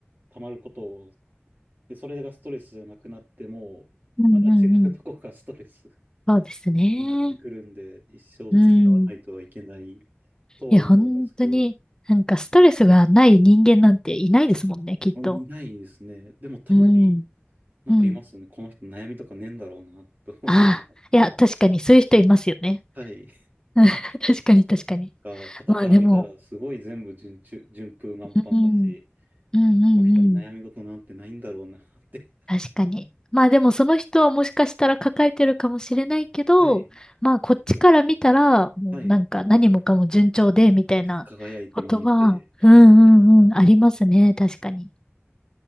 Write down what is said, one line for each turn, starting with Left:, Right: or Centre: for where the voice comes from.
Right: 溜まることを、で、それがストレスじゃなくなっても、
Left: うんうんうん。
Right: まだ違うとこがストレス <laughs>
Left: そうですね。
Right: になってくるんで、一生付き合わないとはいけない
Left: うん。
Right: とは思うんですけど、
Left: いや、本当に、なんかストレスがない人間なんていないですもんね、きっと。
Right: いないですね。でもたまに
Left: うん。
Right: なんかいますよね。
Left: うん。
Right: この人悩みとかねえんだろうなと思うよう
Left: ああ、いや、確かにそういう人いますよね。
Right: な。はい。
Left: <laughs> 確かに確かに。
Right: が、傍から見たら、
Left: まあでも、
Right: すごい全部順中、順風満帆だし、
Left: うん、うんうんうん。
Right: あ、この人に悩み事なんてないんだろうなって、
Left: 確かに。まあでもその人はもしかしたら抱えてるかもしれないけど、
Right: <laughs> はい、
Left: まあこっちから見たら、もうなんか何もかも順調で、
Right: はい、
Left: みたいなことは、
Right: 輝いて見えて、
Left: うんうんうん、
Right: え
Left: ありますね。確かに。